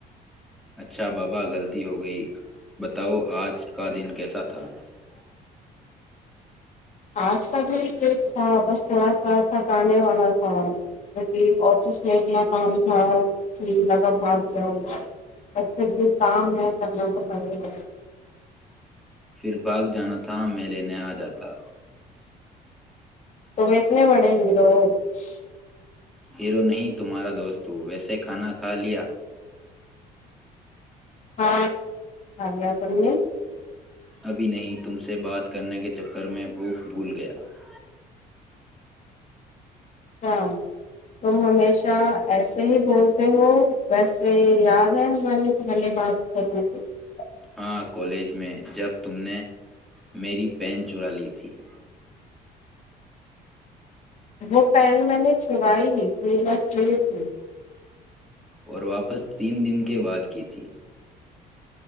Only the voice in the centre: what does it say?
اچھا بابا غلطی ہو گئی بتاؤ آج کا دن کیسا تھا <unintelligible>
پھر بھاگ جانا تھا میں لینے آ جاتا <unintelligible>
ہیرو نہیں تمہارا دوستوں ویسے کھانا کھا لیا <unintelligible>
ابھی نہیں تم سے بات کرنے کے چکر میں بھوک بھول گیا <unintelligible>
ہاں کالج میں جب تم نے میری پین چرا لی تھی <unintelligible>
اور واپس تین دن کے بعد کی تھی